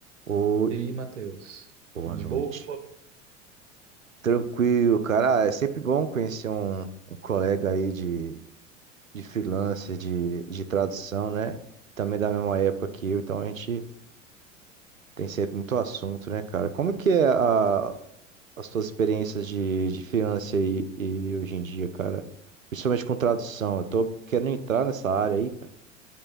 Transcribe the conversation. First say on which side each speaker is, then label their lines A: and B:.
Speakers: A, on the right (about 85°); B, on the right (about 65°).
A: Oi,
B: E aí, Matheus?
A: boa
B: De
A: noite.
B: boa?
A: Tranquilo, cara. Ah, É sempre bom conhecer um, um colega aí de, de freelancer, de, de tradução, né? Também da mesma época que eu, então a gente tem sempre muito assunto, né, cara? Como que é a, as tuas experiências de, de freelancer aí e hoje em dia, cara? Principalmente com tradução.
B: O-
A: Eu tô querendo entrar nessa área aí, cara.